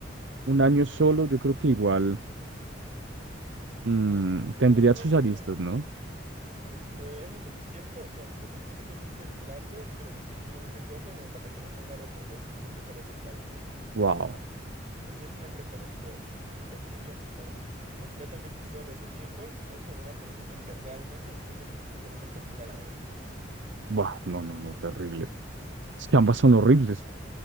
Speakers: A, on the right (about 70°); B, on the right (about 40°).
A: un año solo, yo creo que igual mm, tendría
B: No, en un
A: sus
B: año
A: aristas,
B: no es.
A: ¿no?
B: Este, es lo suficiente, o sea, lo suficientemente largo, pero lo suficientemente corto como para que no tenga repercusiones en tu salud mental.
A: Wow,
B: Entonces sí es una preferencia de si preferirías estar completamente solo ese tiempo o con una persona que realmente se siente como si estás hablando con mil a la vez.
A: bah, no, no, no, terrible. Es que ambas son horribles,